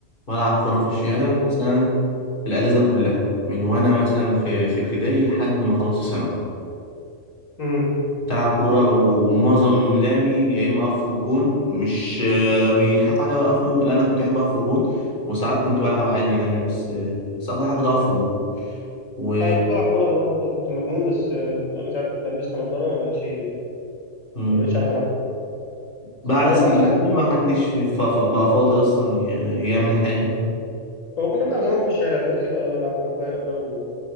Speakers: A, on the left (about 40°); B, on the left (about 85°).
A: بلعب كورة في الشارع
B: امم
A: مثلا في الأجازة كلها من وأنا مثلا في في ابتدائي لحد ما خلصت ثانوي
B: امم
A: بلعب كورة ومعظم لعبي يا إما أقف في الجون مش آه، بيضحكوا عليا وأقف لا أنا كنت بحب أقف في الجون وساعات كنت بلعب عادي يعني بس آه، بس أكتر حاجة كنت أقف في الجون و
B: انا كنت بلعب كوره زمان برضو كنت مجنون بس آه، من ساعه ما لبست نظاره ما بقتش
A: مم.
B: ما بقتش عارف العب كوره
A: بعد
B: او
A: الثانوية
B: ما بعرفش العب كوره
A: ما
B: عموما
A: حدش ف- ف- بقى فاضي أصلا ي- يعمل حاجة
B: هو كنا بنلعب زمان في الشارع دلوقتي بقى بلعب بروح بقى يأجروا